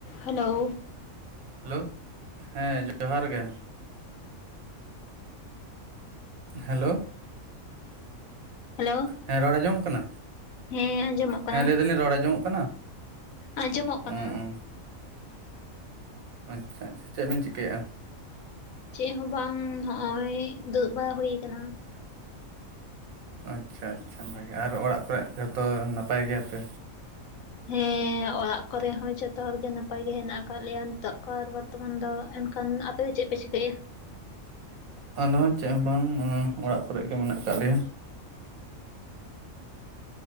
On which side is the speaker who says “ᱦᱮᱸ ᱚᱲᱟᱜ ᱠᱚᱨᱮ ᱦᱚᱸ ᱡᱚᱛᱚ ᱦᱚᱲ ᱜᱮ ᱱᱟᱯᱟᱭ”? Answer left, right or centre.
Left